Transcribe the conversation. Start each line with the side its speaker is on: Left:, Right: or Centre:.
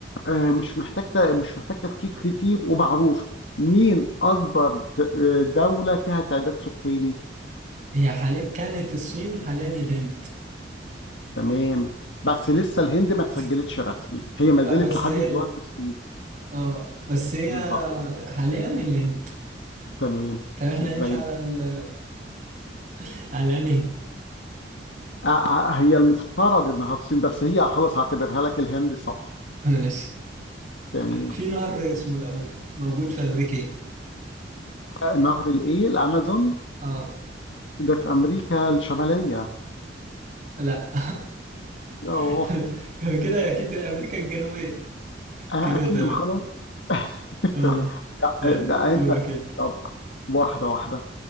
Left: آه مش محتاج ت- مش محتاج تفكير كتير ومعروف مين اكبر د- آه، دوله فيها تعداد سكاني
Right: هي حاليا كانت الصين حاليا الهند
Left: تمام بس لسه الهند ما
Right: <laughs>
Left: تسجلتش رسمي هي ما
Right: اه
Left: زالت
Right: بس
Left: لحد
Right: هي
Left: دلوقتي مسلمة.
Right: اه بس هي
Left: بالظبط
Right: حاليا الهند
Left: تمام
Right: طب احنا هنمشي
Left: زي
Right: على ال <laughs> على انهي
Left: آه، آه، هي المفترض انها الصين بس هي خلاص هعتبرها لك الهند صح
Right: هند؟ ماشي
Left: تمام
Right: في نهر اسمه الامازون موجود في امريكا ايه؟
Left: آه، نهر الايه الامازون
Right: اه
Left: ده في امريكا الشماليه
Right: لا
Left: اه
Right: <laughs> هو كده اكيد امريكا الجنوبية
Left: آه،
Right: كده
Left: اكيد
Right: تمام
Left: ما خلاص <laughs>
Right: اه
Left: تمام لا،
Right: يلا
Left: آه، ده
Right: دورك
Left: انت
Right: انت
Left: طب واحده واحده